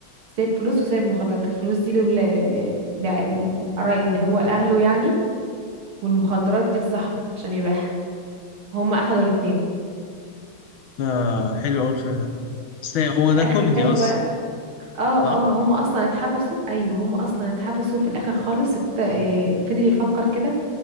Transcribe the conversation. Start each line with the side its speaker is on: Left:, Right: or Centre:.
Right: سايب فلوس وسايب مخدرات الفلوس دي لولا- ل- لع- لقراي اللي هو لأهله يعني والمخدرات دي لصاحبه عشان يبيعها هم اخدوا الاتنين
Left: آه حلو أوي الفيلم ده بس هو
Right: في
Left: ده
Right: اخر
Left: كوميدي
Right: الفيلم
Left: أصلا
Right: بقى اه
Left: صح؟
Right: اه هم اصلا اتحبسوا ايوه هم اصلا اتحبسوا في الاخر خالص ات- آه، فضل يفكر كده